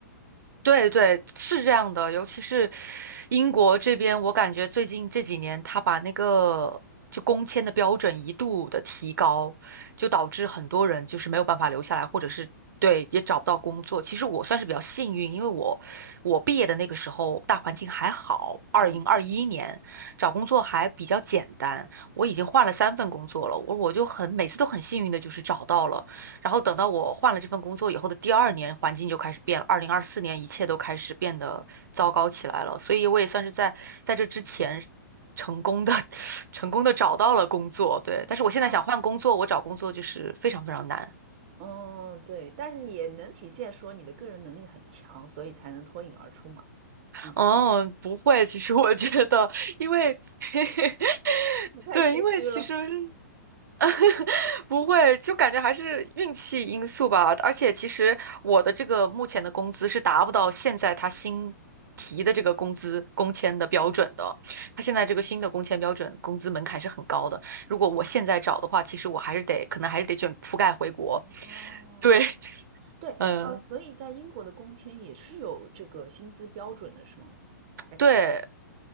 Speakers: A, on the right; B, on the right.
A: 对对，是这样的，尤其是英国这边，我感觉最近这几年，他把那个就工签的标准一度的提高，就导致很多人就是没有办法留下来，或者是对也找不到工作。其实我算是比较幸运，因为我我毕业的那个时候大环境还好，二零二一年找工作还比较简单，
B: 嗯，
A: 我已经换了三份工作了，我我就很每次都很幸运的就是找到了。然后等到我换了这份工作以后的第二年，环境就开始变了。二零二四年，一切都开始变得糟糕起来了。所以我也算是在在这之前成功的 <laughs> 成功的找到了工作，对。但是我现在想换工作，
B: 但
A: 我找工作就是非常非常难。
B: 嗯，对，但你也能体现说你的个人能力很强，所以才能脱颖而出嘛。嗯，
A: 哦，不会，其实我觉得，因为 <laughs>
B: <laughs> 你太谦虚了。
A: 对，因为其实 <laughs> 不会，就感觉还是运气因素吧。而且其实我的这个目前的工资是达不到现在他新提的这个工资工签的标准的。他现在这个新的工签标准，工资门槛是很高的。如果我现在找的话，其实我还是得，可能还是得卷铺盖回国。
B: 哦，
A: 对，<laughs>
B: 对啊，
A: 嗯、
B: 所以在英国的工签也是有这个薪资标准的，是吗？大概是多？
A: 对